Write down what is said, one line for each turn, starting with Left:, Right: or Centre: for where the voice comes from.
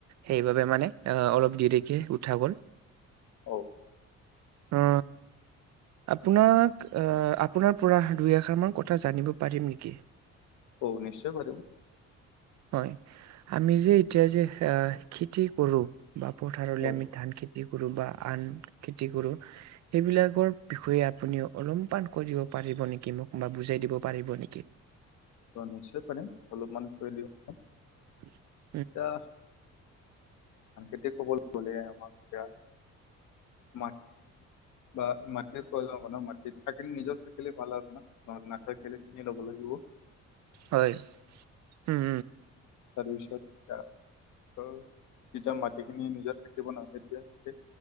Right: সেইবাবে মানে আহ অলপ দেৰিকে উঠা গল
Left: অ
Right: অ আপোনাক আহ আপোনাৰ পুৰা দুইআষৰ কথা জানিব পাৰিম নেকি
Left: অ নিশ্চয় কৰিব
Right: হয় আমি যে এতিয়া যে আহ খেতি কৰো বা পথাৰলৈ
Left: অ
Right: আমি ধান খিত খ কৰো বা আন খেতি কৰো সেইবিলাকৰ বিষয়ে আপুনি অলম পান কৰিব বু ন
Left: অ নিশ্চয় পাৰিম অলপমান কৈ দিওঁ
Right: <unintelligible>
Left: এতিয়া সাং খেতিক কবলৈ গ'লে আমাক এতিয়া ম বা মাটিৰ প্ৰয়োজন হ ন মাটিত থাকিলে নিজৰ থাকিলে ভাল আৰু না নহলে নাথাকিলে কিনি ল'ব লাগিব
Right: হয় উম
Left: তাৰ বিত অ যেতিয়া মাটিখিনি নিজাত থাকিব নহ তেতিয়া ততে